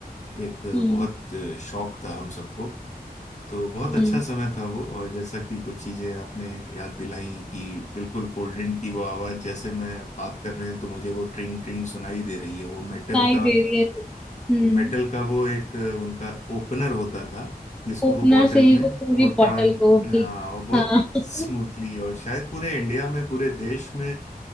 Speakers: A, on the left; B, in the centre.
A: एक
B: हम्म
A: बहुत शौक था हम सबको तो बहुत
B: हम्म
A: अच्छा समय था वो और जैसा कि कुछ चीजें आपने याद दिलाई कि बिल्कुल कोल्ड ड्रिंक की वो आवाज जैसे मैं अब बात कर रहे हैं तो मुझे वो ट्रिंग ट्रिंग सुनाई दे रही है वो मेटल
B: सुनाई
A: का
B: दे रही है हम्म
A: मेटल का वो एक उनका ओपनर होता था जिसको
B: ओपनर
A: वो बॉटल
B: से ही
A: में
B: वो पूरी
A: वो टड़ंग
B: बॉटल को बिल-
A: हाँ और बहुत
B: हाँ
A: स्मूथली
B: <laughs>
A: और शायद पूरे इंडिया में पूरे देश में